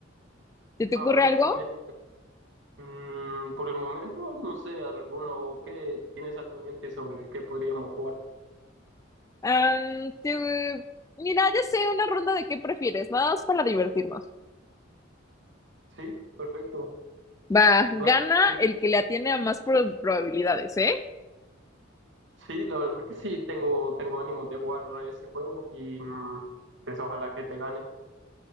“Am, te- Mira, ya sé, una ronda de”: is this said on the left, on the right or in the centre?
Left